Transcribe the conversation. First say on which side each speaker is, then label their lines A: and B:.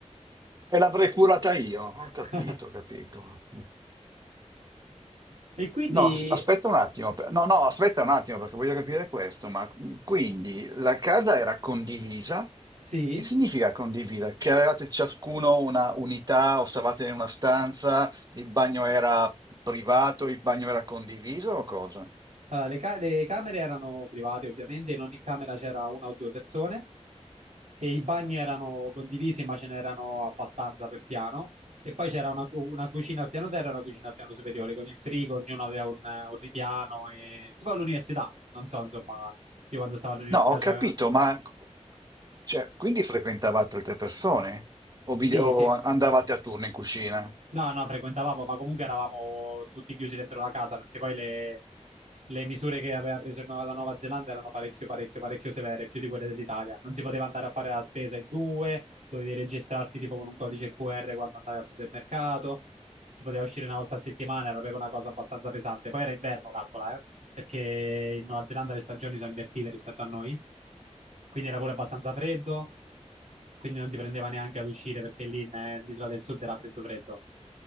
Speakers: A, on the right; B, on the right.
A: E l'avrei curata io, ho
B: <laughs>
A: capito, ho capito.
B: E quindi,
A: No, as- aspetta un attimo, per- no, no, aspetta un attimo perché voglio capire questo, ma mm, quindi la casa era condivisa?
B: sì,
A: Che significa condivisa? Che avevate ciascuno una unità o stavate in una stanza, il bagno era privato, il bagno era condiviso o cosa?
B: allora, le, ca- le camere erano private ovviamente, in ogni camera c'era una o due persone e i bagni erano condivisi, ma ce n'erano abbastanza per piano. E poi c'era una, cu- una cucina al piano terra e una cucina al piano superiore, con il frigo, ognuno aveva un, un ripiano, e... tipo all'università, non so, insomma, io quando stavo all'università
A: No, ho capito,
B: c'aveva...
A: ma cioè, quindi frequentavate altre persone o, vi-
B: Sì,
A: o
B: sì.
A: andavate a turno in cucina?
B: No, no, frequentavamo, ma comunque eravamo tutti chiusi dentro la casa, perché poi le le misure che aveva preso il Nuova- la Nuova Zelanda erano parecchio, parecchio, parecchio severe, più di quelle dell'Italia. Non si poteva andare a fare la spesa in due, dovevi registrarti tipo con un codice QR quando andavi al supermercato, si poteva uscire una volta a settimana, era proprio una cosa abbastanza pesante. Poi era inverno, calcola, eh, perché in Nuova Zelanda le stagioni sono invertite rispetto a noi, quindi era pure abbastanza freddo, quindi non ti prendeva neanche ad uscire perché lì nell'isola del sud era freddo freddo.